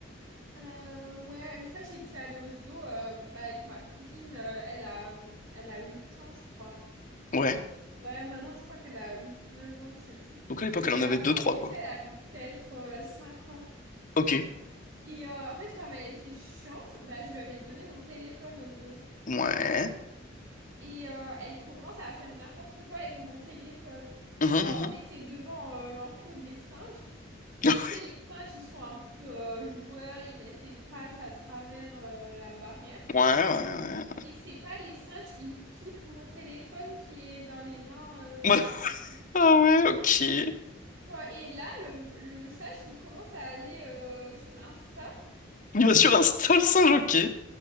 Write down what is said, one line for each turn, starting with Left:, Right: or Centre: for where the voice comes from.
Right: Euh, ouais, une fois, j'étais allée au zoo euh, bah, avec ma cousine. euh, elle a, elle a 8 ans, je crois.
Left: Ouais.
Right: Ouais, maintenant, je crois qu'elle a huit neuf ans, je sais plus.
Left: Donc à l'époque,
Right: Mais
Left: elle en avait
Right: euh,
Left: deux,
Right: quand
Left: trois
Right: on y était,
Left: quoi.
Right: elle avait peut-être euh, 5 ans.
Left: Ok.
Right: Et euh, en fait, comme elle était chiante, bah, je lui avais donné mon téléphone au zoo.
Left: Ouais.
Right: Et euh, elle commence à faire n'importe quoi avec mon téléphone.
Left: Mhm,
Right: Genre,
Left: mhm.
Right: on était devant euh, l'enclos des singes.
Left: <laughs>
Right: Et tu sais, les singes, ils sont un peu euh, joueurs, ils mettent les pattes à travers euh, la barrière.
Left: Ouais, ouais,
Right: Et c'est pas les singes, ils piquent mon téléphone qui est dans les mains euh, de
Left: ouais.
Right: ma
Left: <laughs>
Right: cousine.
Left: Ah ouais, ok.
Right: Genre, et là, le, le singe, il commence à aller euh, sur Insta.
Left: Il va sur Insta, le singe, ok.